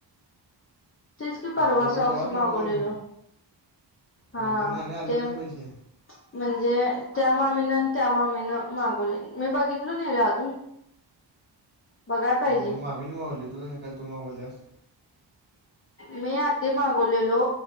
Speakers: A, on the left; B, on the right.
A: तेच कि परवा
B: तेवढं
A: सॉक्स
B: तवाच मागवलेलं
A: मागवलेल हा
B: नंतर ना आणि आलंच
A: ते
B: नाही
A: म्हणजे
B: पैसे
A: त्या मामीन आणि त्या मामीनं मागवले मी बघितल, नाही रे अजून. बघाय पाहिजे
B: म्हणजे मा्मी मागवली तू काय तू मागवलीस.
A: मी आधी मागवलेलो